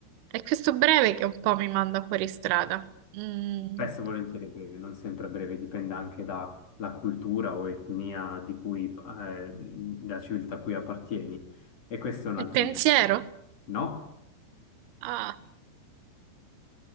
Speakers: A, on the right; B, on the left.
A: È questo breve che un po' mi manda fuori strada. Mm.
B: spesso e volentieri è breve, non sempre è breve, dipende anche dalla cultura o etnia di cui, eh, da civiltà a cui appartieni e questo è un
A: Il
B: altro
A: pensiero?
B: indizio. No,
A: Ah,